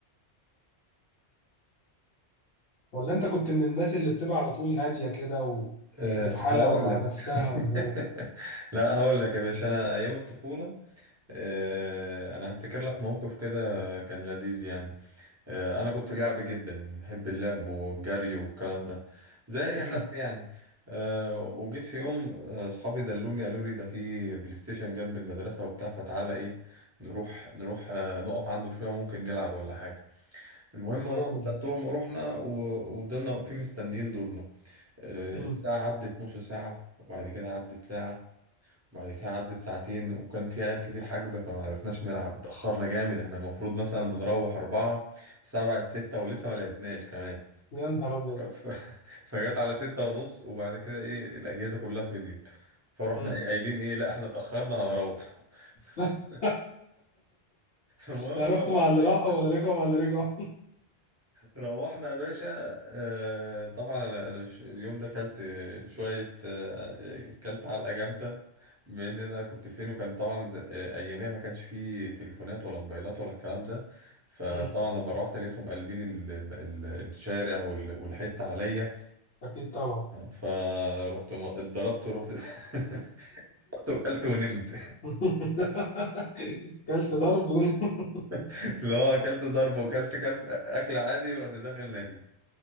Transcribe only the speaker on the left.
ولا انت كنت من الناس اللي بتبقى على طول هاديه كده و...
وفي حالها
ومع
نفسها ولا ايه
امم
جامد
ده
امم
يا نهار ابيض
مم.
<laughs>
لا
رحت مع اللي راحوا ولا رجعوا مع اللي رجعوا
<laughs> مم.
أكيد طبعا
<laughs> كلت ضرب ون- <laughs>